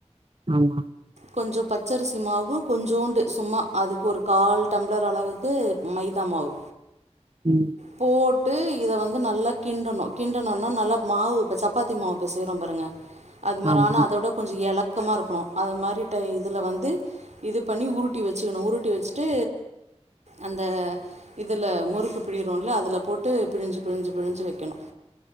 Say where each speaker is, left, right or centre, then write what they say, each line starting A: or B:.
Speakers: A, on the right; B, on the right.
A: ஆமா
B: கொஞ்சம் பச்சரிசி மாவு கொஞ்சோண்டு சும்மா அதுக்கு ஒரு கால் டம்ளர் அளவுக்கு மைதா மாவு
A: ம்
B: போட் விட்டு இதை வந்து நல்லா கிண்டணும் கிண்டுணொன்ன நல்லா மாவு இப்போ சப்பாத்தி மாவு பெசையரோம் பாருங்க அது மாரி
A: ஆமா
B: ஆனா அதோட கொஞ்சம் எழக் க்கமா இருக்கணும் அது மாரிட்ட இதுல வந்து இது பண்ணி உருட்டி வச்சுக்கணும் உருட்டி வச்சுட்டு அந்த இதில்ல முறுக்கு பிழிறோம்ல அதில் போட்டு பிழிஞ்சு பிழிஞ்சு பிழிஞ்சு வைக்கணும்